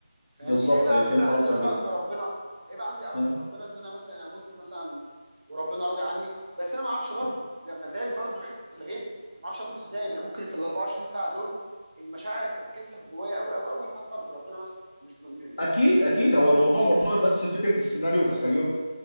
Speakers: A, on the right (about 90°); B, on the left (about 55°).
A: فاهمني
B: بالظبط
A: هيبقى
B: ايوه
A: مثلا
B: فهمت
A: عندي
B: قصدك
A: رجاء
B: جدا
A: في ربنا هيبقى عندي امل
B: مم.
A: في ربنا ان انا مثلا اموت مثلا وربنا راضي عني بس انا ما اعرفش برضه
B: مم.
A: لا ما زال برضه حته الغيب ما اعرفش اموت ازاي ما انا ممكن في ال 24 ساعه دول المشاعر تتكثف جوايا قوي قوي قوي فاكفر بربنا مثلا مش ب... م-
B: اكيد
A: م- يعني
B: اكيد
A: استغفر الله
B: هو
A: العظيم
B: الموضوع مرتبط بس بفكره السيناريو وتخيله